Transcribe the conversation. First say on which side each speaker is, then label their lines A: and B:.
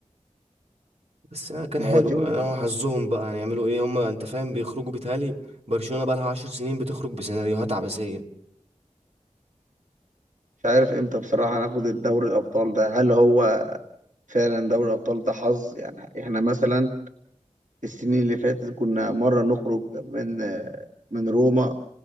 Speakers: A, on the right (about 55°); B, on the right (about 90°).
A: بس أنا كان حلو
B: هو ديونج
A: انا حظهم بقى هنعملوا ايه هما انت فاهم بيخرجوا بيتهيألي برشلونة بقى لها 10 سنين بتخرج بسيناريوهات عبثية
B: مش عارف امتى بصراحه هناخد الدوري الابطال ده هل هو فعلا دوري الابطال ده حظ يعني احنا مثلا السنين اللي فاتت كنا مره نخرج من من روما